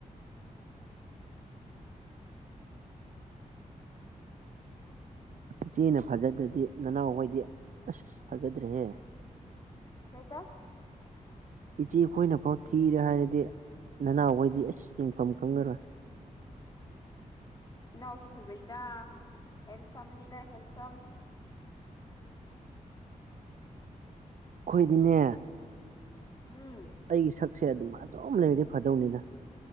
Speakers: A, on the left (about 25°); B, on the right (about 65°).
A: <inaudible>
B: ꯏꯆꯦꯅ ꯐꯖꯗ꯭ꯔꯗꯤ ꯅꯅꯥꯎꯈꯣꯏꯗꯤ ꯑꯁ ꯐꯖꯗ꯭ꯔꯦꯍꯦ
A: ꯀꯩꯕꯥ
B: ꯏꯆꯦ ꯈꯣꯏꯅꯐꯥꯎ ꯊꯤꯔꯦ ꯍꯥꯏꯔꯗꯤ ꯅꯅꯥꯎ ꯍꯣꯏꯗꯤ ꯑꯁ ꯌꯦꯡꯐꯝ ꯈꯪꯉꯔꯣꯏ
A: ꯏꯅꯥꯎꯁꯨ ꯐꯖꯩꯗ ꯍꯦꯟꯁꯝꯅꯤꯗ ꯍꯦꯟꯁꯝ
B: ꯈꯣꯏꯗꯤꯅꯦ
A: ꯎꯝ
B: ꯑꯩꯒꯤ ꯁꯛꯁꯦ ꯑꯗꯨꯃꯥꯏ ꯑꯗꯨꯝ ꯂꯩꯔꯗꯤ ꯐꯗꯧꯅꯤꯗ